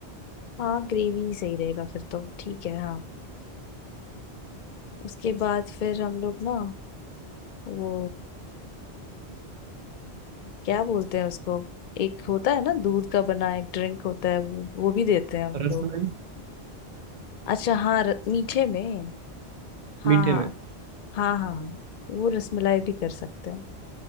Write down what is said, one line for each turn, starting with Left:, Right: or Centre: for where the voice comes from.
Left: हाँ ग्रेवी ही सही रहेगा फिर तो ठीक है हाँ उसके बाद फिर हम लोग ना वो क्या बोलते हैं उसको एक होता है ना दूध का बना एक ड्रिंक होता है वो वो भी देते हैं हम
Right: रसमलाई
Left: लोग अच्छा हाँ र- मीठे में हाँ
Right: मीठे में
Left: हाँ हाँ हाँ वो रसमलाई भी कर सकते हैं